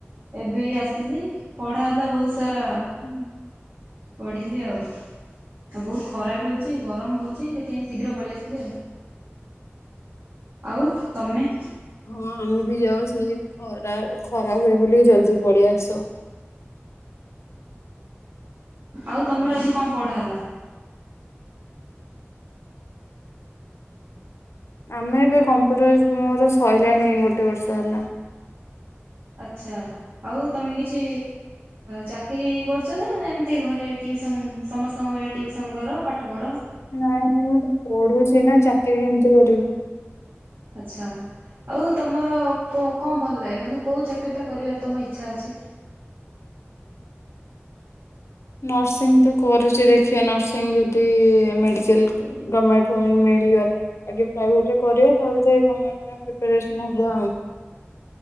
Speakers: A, on the right; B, on the left.
A: ଏବେ ଆସିଲି ପଢା ହେଲା ବହୁତ ତର।
B: ହୁଁ
A: ପଢ଼ିଲି ଆଉ। ଆଉ ବହୁତ ଖରାପ ବି
B: ହୁଁ।
A: ହଉଛି ଗରମ ହଉଛି। ଶୀଘ୍ର ପଳେଇ ଆସିଲେ ଆଉ ଆଉ ତମେ?
B: ହଁ ଆମେ ବି ଯାଉ ସେ ଖରା ଖରା ହୁଏ ବୋଲି ଜଲଦି ପଡି ଆସ
A: ଆଉ ତମର ଆଜି କଣ ପଢା ହେଲା?
B: ଆମେ ଏବେ କମ୍ପ୍ୟୁଟର ମୋର ସରିଲାଣି ଗୋଟେ ବର୍ଷ ହେଲା।
A: ଆଚ୍ଛା ଆଉ ତମେ କିଛି ଚାକିରିୀ କରୁଛ ନା ନା ଏମିତି ଘରେ ଟିଉସନ୍ ସମସ୍ତଙ୍କ ଭଳି ଟିଉସନ୍ କର ପାଠ ପଢ଼?
B: ନାଇଁ ନାଇଁ ମୁଁ ତ ପଢୁଛି ନା ଚାକିରି କେମିତି କରିବି।
A: ଆଛା ଆଉ ତମର କଉ କଣ ଭଲ ଲାଗେ? ମାନେ କୋଉ ଚାକିରୀଟା କରିବାର ତମଇଛ? ଇଛା ଅଛି
B: ନର୍ସିଂ ତ କରୁଛି ଦେଖିଆ ନର୍ସିଂ ଯଦି ମେଡିକାଲ ଗର୍ମେଣ୍ଟମାନେ ମିଳିଗଲା ଆଗେ ପ୍ରାଇଭେଟରେ କରିବା ତା ଭିତରେ ଗର୍ମେଣ୍ଟ ପାଇଁ ପ୍ରିପାରେସନ୍ ହବା ଆଉ।